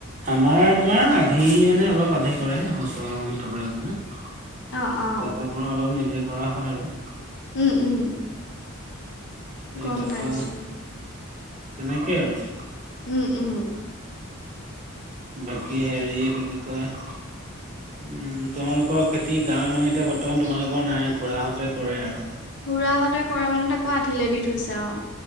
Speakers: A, on the right (about 35°); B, on the left (about 60°).
A: আমাৰ তোমাৰ আধি মানে, অলপ আধি কৰে। ওচৰৰ মানুহ পাই আপোনাৰ
B: অ',
A: তাৰপা
B: অ',
A: বাৰু অলপ নিজে কৰা হয় আৰু।
B: উ, উম।
A: এই
B: গম
A: তাৰপা
B: পাইছো।
A: তেনেকেই আৰু।
B: উম, উম।
A: বাকী হেৰি এইটো কি বুলি কয়। উম, তোমালোকৰ খেতি গাঁৱত মানে, এতিয়া বৰ্তমান তোমালোকৰ নাই। খুৰাহঁতে কৰে আৰু।
B: খুৰাহঁতে কৰে মানে, তাকো আধিলে দি থৈছে, অ।